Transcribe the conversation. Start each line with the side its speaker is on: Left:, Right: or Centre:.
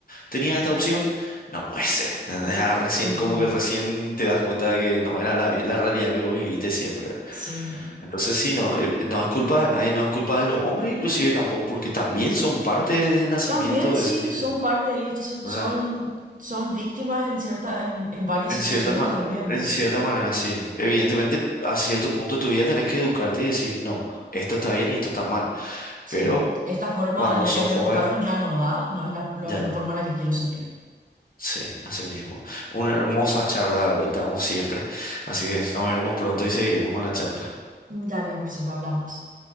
Left: tenía esta opción, no puede ser, ¿entendés? Ah, recién
Right: ujú,
Left: como que recién te das cuenta de que no era la, la realidad que vos viviste siempre.
Right: Sí.
Left: Entonces sí, no, eh, no es culpa de nadie, no es culpa de los hombres inclusive tampoco, porque también son parte de ese nacimiento
Right: También sí,
Left: de ese sistema,
Right: son parte y estos
Left: ¿verdad?
Right: son, son víctimas en cierta, en, en varias
Left: En
Right: situaciones
Left: cierta ma-
Right: también.
Left: en cierta manera, sí. Evidentemente, a cierto punto de tu vida tenés que educarte y decir, no, esto está bien y esto está mal.
Right: Sí,
Left: Pero
Right: esta forma
Left: cuando
Right: en la
Left: sos
Right: que me
Left: joven,
Right: educaron ya no da, no es la, no,
Left: ya
Right: no
Left: no.
Right: es forma en la que quiero seguir.
Left: Sí, así mismo. Una hermosa charla de vuelta, como siempre. Así que nos veremos pronto y seguiremos con la charla.
Right: Dale, Marcelo, hablamos.